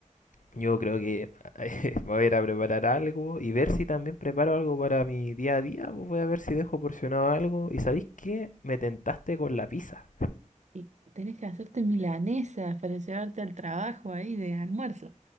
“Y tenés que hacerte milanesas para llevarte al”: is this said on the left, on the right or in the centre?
Right